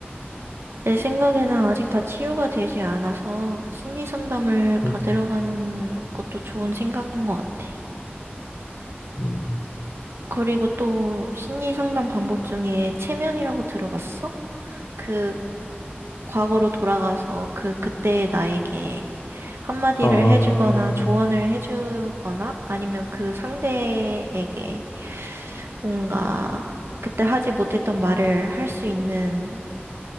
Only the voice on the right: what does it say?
내 생각에는 아직 다 치유가 되지 않아서 심리 상담을 받으러
가는 것도 좋은 생각인 것 같아.
그리고 또 심리 상담 방법 중에 체면이라고 들어봤어? 그 과거로 돌아가서 그, 그때의 나에게 한마디를
해주거나 조언을 해주거나 아니면 그 상대에게 뭔가 그때 하지 못했던 말을 할 수 있는